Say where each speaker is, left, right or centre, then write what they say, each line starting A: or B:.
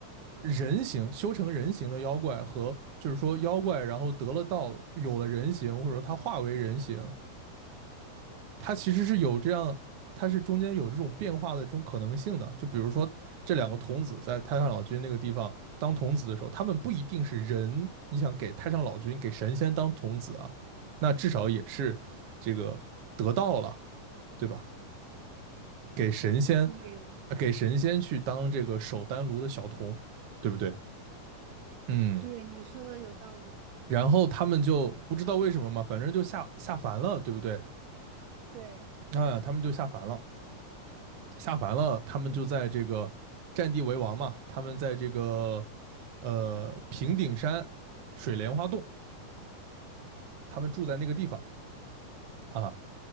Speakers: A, on the right; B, on the right.
A: 人形修成人形的妖怪和就是说妖怪，然后得了道，有了人形，或者说他化为人形，它其实是有这样，它是中间有这种变化的这种可能性的。就比如说这两个童子在太上老君那个地方当童子的时候，他们不一定是人，你想给太上老君给神仙当童子啊，那至少也是这个得道了，对吧？给神仙，
B: 对，
A: 给神仙去当这个守丹炉的小童，对不对？嗯，
B: 对，你说的有道理的。
A: 然后他们就不知道为什么嘛，反正就下下凡了，对不对？
B: 对，
A: 啊，他们就下凡了。下凡了，他们就在这个占地为王嘛，他们在这个呃平顶山水莲花洞，他们住在那个地方啊。